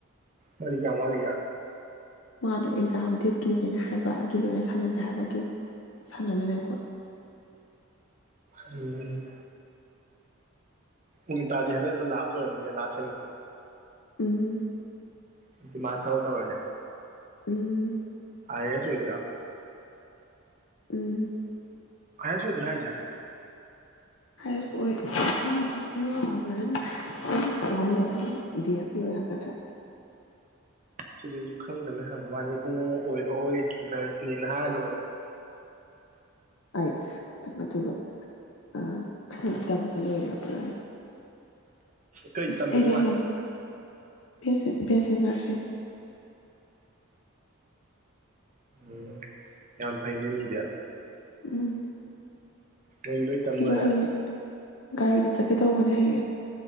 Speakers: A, on the right; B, on the left.
A: ꯃꯥꯏꯗꯤ ꯀꯌꯥꯝꯋꯥꯠꯂꯤꯒꯦ
B: ꯃꯥꯗꯣ ꯑꯦꯛꯖꯥꯝ ꯗꯦꯠ ꯇꯨꯗꯩꯅꯦ ꯍꯥꯏꯕ ꯑꯗꯨ ꯂꯣꯏꯔ ꯁꯥꯅꯖꯦ ꯍꯥꯏꯕ ꯑꯗꯨ ꯁꯥꯅꯗꯣꯏꯅꯦ ꯑꯩꯈꯣꯏ
A: ꯎꯝ ꯎꯃꯤꯇꯥꯗꯤ ꯍꯟꯗꯛꯅ ꯂꯥꯁ ꯑꯣꯏꯔꯝꯅꯤꯅꯦ ꯂꯥꯁ ꯁꯦꯃꯤꯁꯇ꯭ꯔ
B: ꯎꯝ
A: ꯑꯗꯨ ꯃꯥ ꯊꯕꯛ ꯇꯧꯔꯅꯤ
B: ꯎꯝ
A: ꯑꯏ ꯑꯦ ꯑꯁ ꯑꯣꯗꯣꯏꯔꯣ
B: ꯎꯝ
A: ꯍꯥꯏꯁꯑꯣꯗꯣꯏꯔꯥ ꯍꯥꯏꯖ
B: ꯍꯩꯁ ꯑꯣꯏ ꯑꯗꯨꯝ ꯉꯥ ꯑꯣꯄꯔꯦꯁꯟ ꯑꯨꯝ ꯇꯧ ꯂꯩꯔꯒꯗꯤ ꯗꯤ ꯑꯦꯁ ꯄꯤ ꯑꯣꯏꯔꯛꯀꯗ꯭ꯔ
A: ꯁꯤꯗꯤ ꯑꯩꯁꯨ ꯈꯪꯗꯕꯩ ꯍꯪꯕꯩ ꯃꯋꯥꯅꯤ ꯏꯕꯨꯡꯉꯣ ꯑꯣꯏꯔꯛꯑꯣꯏ ꯅꯔꯁꯅꯦꯅ ꯍꯥꯏꯔ ꯂꯣꯏꯔꯦ
B: ꯑꯩ ꯑꯗꯨꯒ ꯑ ꯇꯝꯕ ꯂꯣꯏꯔꯕ꯭ꯔꯥ
A: ꯀꯩ ꯇꯝꯃꯤꯅꯣ
B: ꯑꯩꯔꯣ
A: ꯃꯥꯏ
B: ꯍꯌꯦꯡ ꯕꯦ ꯁꯤ ꯕꯦꯁꯤ ꯅꯔꯁꯤꯡ
A: ꯎꯝ ꯌꯥꯝ ꯐꯩꯅꯦ ꯃꯤꯗꯤ
B: ꯎꯝ
A: ꯀꯩ ꯂꯣꯏ ꯇꯝ
B: ꯑꯩꯗꯣ
A: ꯂꯣꯏꯔꯦ
B: ꯍꯌꯦꯡ ꯒꯥꯔꯤꯗ ꯆꯠꯀꯦ ꯇꯧꯕꯅꯦ ꯍꯌꯦꯡ